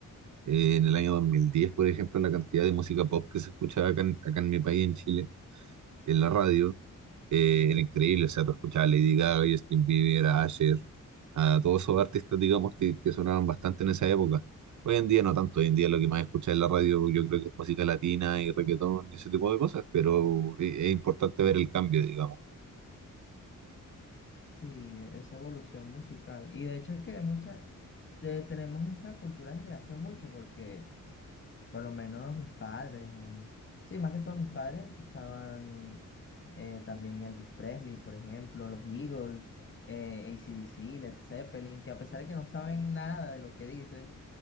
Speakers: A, on the right; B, on the left.
A: eh, en el año 2010, por ejemplo, la cantidad de música pop que se escuchaba acá en, acá en mi país, en Chile en la radio, eh, era increíble. O sea, tú escuchabas a Lady Gaga, Justin Bieber, a Asher, a todos esos artistas, digamos, que, que sonaban bastante en esa época. Hoy en día no tanto, hoy en día lo que más escuchas en la radio yo creo que es música latina y reggaetón y ese tipo de cosas, pero e- es importante ver el cambio, digamos.
B: Sí, e- esa evolución musical. Y de hecho es que mucha, te- tenemos esa cultura desde hace mucho, porque por lo menos mis padres, o, sí, más que todo mis padres escuchaban eh, también Elvis Presley, por ejemplo, los Eagles, eh, AC/DC, Led Zeppelin, que a pesar de que no saben nada de lo que dice,